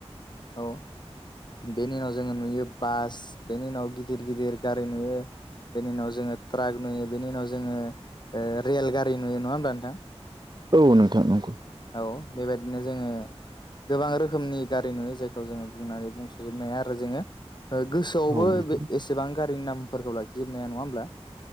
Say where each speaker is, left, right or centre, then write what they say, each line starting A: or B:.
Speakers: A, on the left; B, on the right.
A: औ बेनि उनाव जोङो नुयो बास बेनि उनाव गिदिर गिदिर गारि नुयो। बेनि उनाव जोङो ट्राक नुयो बेनि उनाव जोङो रेल गारि नुयो नङा होमब्ला नोंथां।
B: औ नोंथां नंगौ।
A: औ बेबायदिनो जोङो। गोबां रोखोमनि गारि नुयो जायखौ जोङो बुंनानै बुंस'जोबनाय हा आरो जोङो। ओ गोसोआवबो
B: औ नोंथां
A: बे एसेबां गारिनि नामफोरखौ लाखिजोबनाया नङा होमब्ला